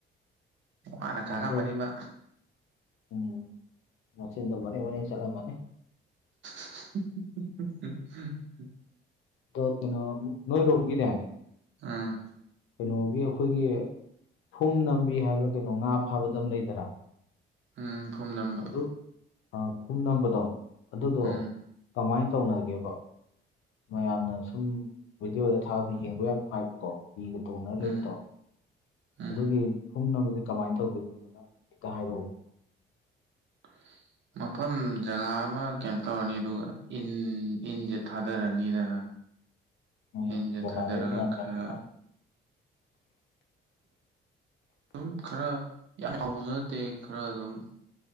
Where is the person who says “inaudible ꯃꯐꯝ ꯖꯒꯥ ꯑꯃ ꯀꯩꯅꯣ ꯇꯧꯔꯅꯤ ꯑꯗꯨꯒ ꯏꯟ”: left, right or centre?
Right